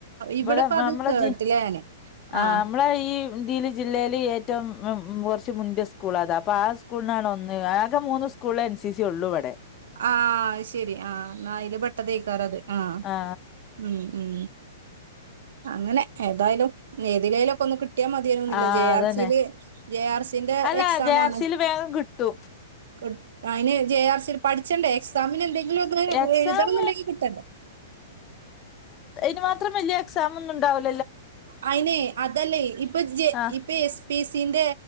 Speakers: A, on the right; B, on the left.
A: ഇവിടെപ്പ
B: ഇവിടെ
A: അത്
B: നമ്മളെ
A: കേട്ടില
B: ജി
A: ഞാന്
B: ആ
A: ആഹ്
B: നമ്മളെ ഈ ഇന്ത്യല് ജില്ലേല് ഏറ്റവും കുറച്ച് മുന്ത്യ സ്കൂളതാ അപ്പൊ ആ സ്കൂളിനാണ് ഒന്ന്. ആകെ മൂന്ന് സ്‌കൂ സ്കൂള് എൻ സി സി ഉള്ളൂ ഇവിടെ
A: ആ അഹ് ശരി ആഹ് ഇന്നയില് പെട്ട തേയ്ക്കാരത് ആഹ്
B: ആ
A: ഉം ഉം അങ്ങനെ ഏതായാലും ഏതിലേലൊക്കെ ഒന്ന് കിട്ടിയാ മതിയാര്ന്നുല്ലെ
B: ആ
A: ജെ
B: അതന്നെ
A: ആർ സിയില് ജെ ആർ സിന്റെ
B: അല്ല
A: എക്സാം
B: ജെ
A: വാണ്
B: <unintelligible> കിട്ടും
A: കി ട്ടയിന് ജെ ആർ സി പഠിച്ചണ്ടേ എക്സാമിന് എന്തെങ്കിലും ഒന്ന്
B: എക്സാം
A: എഴുതണംന്നുണ്ടെങ്കി കിട്ടണ്ടേ
B: ഇനിന് മാത്രം വലിയ എക്സാം ഒന്നും ഉണ്ടാവല്ലോ
A: അയിനെ അതല്ലേ ഇപ്പൊ ജ
B: ആഹ്
A: ഇപ്പേ സ്പിസ് ത്തിന്റെ